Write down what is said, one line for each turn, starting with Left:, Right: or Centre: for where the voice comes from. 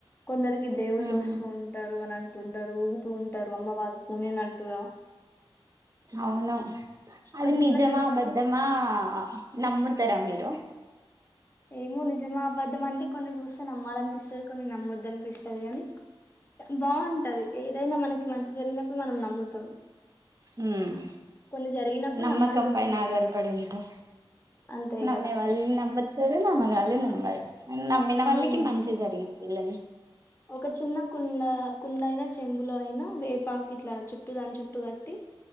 Left: కొందరికి దేవుళ్ళ
Right: ఉమ్
Left: వస్తూ ఉంటారు అనంన్ తరు ఊగుతూ ఉంటారు అమ్మవారు పూనినట్టుగా
Right: అవును
Left: ఒక
Right: అది
Left: చిన్న
Right: నిజమా
Left: చెంబులో
Right: అబద్దమ్మా నమ్ముతరా మీరు
Left: ఏమో నిజ నిజమా అబద్ధమా అంటే కొన్ని చూస్త్ నమ్మాలనిపిస్తుంది కొన్ని నమ్మొ కన్పిస్తది కాని బావుంటది ఏదైనా మనకి మంచి జరిగినప్పుడు మనం నమ్ముతాం
Right: ఉమ్
Left: కొన్ని జరిగినప్పుడు
Right: నమ్మకం
Left: నమ్మాల్సి వస్తది
Right: పైన ఆధారపడి ఉంటు
Left: అంతే
Right: నమ్మే
Left: కదా
Right: వాళ్ళు నమ్ముతారు నమ్మ వాళ్ళు నమ్మరు నమ్మిన వాళ్ళకి
Left: ఉమ్
Right: మంచే జరిగి ఇల్లేమిష్
Left: ఒక చిన్న కుండ, కుండ అయిన చెంబులో అయినా, వేపాకు ఇట్లా చుట్టూ దాని చుట్టూ గట్టి,